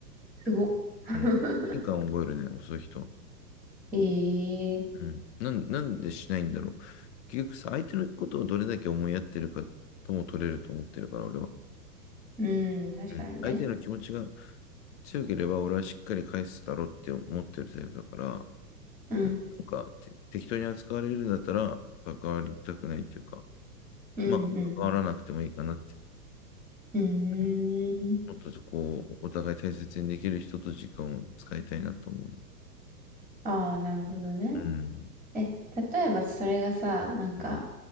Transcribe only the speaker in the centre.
すごっ。<laughs>
ええ
うん、確かにね。
うん、
うん、
うん。うーん。
ああ、なるほどね。
え、例えばそれがさ、なんか、